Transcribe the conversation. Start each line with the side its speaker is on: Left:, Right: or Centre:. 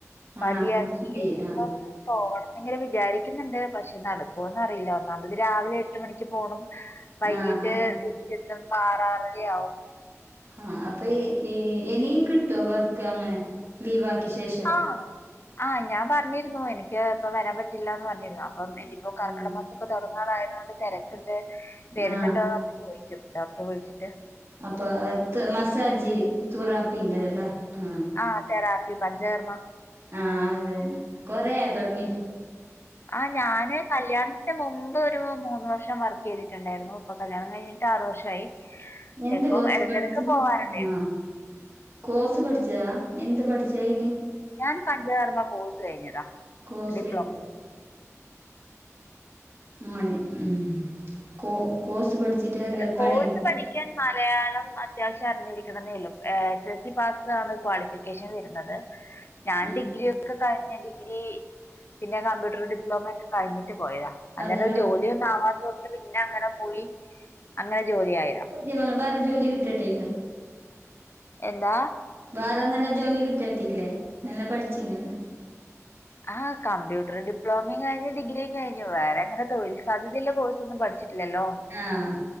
Left: മതിയാക്കി
Right: ആ കുറച്ച് കഴിയും
Left: ഇനിപ്പം
Right: ആ
Left: പോണമെന്നിങ്ങനെ വിചാരിക്കുന്നുണ്ട് പക്ഷേ നടക്കോ ന്ന് അറിയില്ല ഒന്നാമത് രാവിലെ എട്ടു മണിക്ക് പോണം വൈകീട്ട്
Right: ആ അതെ
Left: തിരിച്ചെത്തുമ്പൊ ആറ് ആറര ആവും
Right: ആഹ് അപ്പൊ ഇ ഇനി കിട്ടുവോ വർക്ക് അങ്ങനെ ലീവ് ആക്കിയ ശേഷം
Left: ആഹ്. ആഹ് ഞാൻ പറഞ്ഞിരുന്നു എനിക്ക് ഇപ്പ വരാൻ പറ്റില്ലാന്ന് പറഞ്ഞിരുന്നു അപ്പം എനി ഇപ്പൊ കർക്കിട
Right: ആ
Left: മാസൊക്കെ തുടങ്ങാറായത്കൊണ്ട് തെ രക്കുണ്ട് വെരുന്നുണ്ടോന്ന്
Right: ആ
Left: ഒക്കെ ചോദിക്കും ഡോക്ടറ് വിളിച്ചിട്ട്
Right: അപ്പൊ മസാജ് തുറാപ്പീന്റെതല്ലേ ആ
Left: ആഹ് തെറാപ്പി പഞ്ചകർമ്മ
Right: ആഹ അത ന്നെ കൊറയാ തൊ ടങ്ങീട്ട്
Left: ആഹ് ഞാന് കല്യാണത്തിന് മുമ്പ് ഒരു മൂന്ന് വർഷം വർക്ക് ചെയ്തിട്ടുണ്ടായിരുന്നു ഇപ്പൊ കല്യാണം കഴിഞ്ഞിട്ട് ആറ് വർഷാ യി
Right: എന്ത്
Left: ഇപ്പം
Right: കോഴ്സ്
Left: ഇടക്കിടക്ക്
Right: പഠിച്ചു
Left: പോവാറുണ്ടായിരുന്നു
Right: ആ കോഴ്സ് പഠിച്ചതാ എന്ത് പഠിച്ചയിന്
Left: ഞാൻ പഞ്ചകർമ്മ കോഴ്സ് കഴിഞ്ഞതാ
Right: കോഴസ്
Left: ഡിപ്ലോമ.
Right: ഞ്ഞഴിഞ്ഞല്ലേ ഉ ഉ കോ കോഴ്സ് പഠി ച്ചിട്ട്
Left: കോഴ്സ്
Right: പണി കിട്ടണം
Left: പഠിക്കാൻ മലയാളം അത്യാവശ്യം അറിഞ്ഞിരിക്കുണെന്നെള്ളു S S L C pass ആണ് ക്വാളിഫിക്കേഷൻ വരുന്നത് ഞാൻ
Right: ആ
Left: ഡിഗ്രിഒക്കെ കഴിഞ്ഞ ഡിഗ്രി പിന്നെ കമ്പ്യൂട്ടർ ഡിപ്ലോമക്കെ കഴിഞ്ഞിട്ട് പോയതാ അന്നേരം
Right: അതെല്ലാം
Left: ജോലിയൊന്നുംആവാത്ത കൊണ്ട് പിന്നെ അങ്ങനെ പോയി അങ്ങനെ ജോലി ആയിതാ
Right: ഞ്ഞ് പർഞ്ഞ് ബേറ ജോലി കിട്ടട്ടെ അയ്‌ന്റെ
Left: എന്താ
Right: വേറെ നല്ല ജോലി കിട്ടട്ടെല്ലേ നല്ല പഠിച്ചീനി ല്ലോ
Left: ആഹ് കമ്പ്യൂട്ടർ ഡിപ്ലോമിം കഴിഞ്ഞു ഡിഗ്രിയും കഴിഞ്ഞു വേറെ അങ്ങനെ തൊഴിൽ സാധ്യതയുള്ള കോഴ്സ് ഒന്നും പഠിച്ചി ഇല്ലല്ലോ
Right: ആഹ്